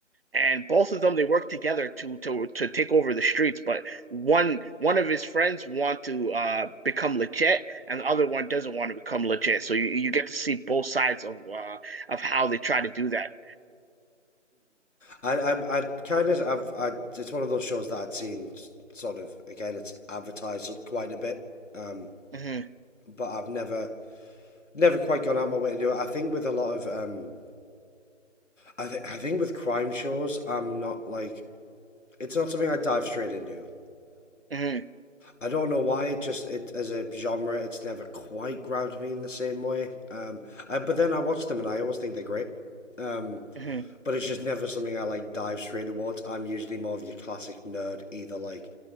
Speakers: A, on the right; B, on the left.
A: And both of them they work together to to to take over the streets. But one one of his friends want to uh become legit, and the other one doesn't want to become legit. So you you get to see both sides of uh of how they try to do that.
B: I, I, I kind of, I've, I, it's one of those shows that I'd seen sort of, again, it's advertised quite a bit, um,
A: hmm
B: but I've never, never quite gone out my way to do it. I think with a lot of, um, I, th- I think with crime shows, I'm not like, it's not something I dive straight into.
A: hmm
B: I don't know why it just it as a genre it's never quite grabbed me in the same way. Um, I, but then I watch them and I always think they're great. Um,
A: hmm
B: but it's just never something I like dive straight towards. I'm usually more of your classic nerd, either like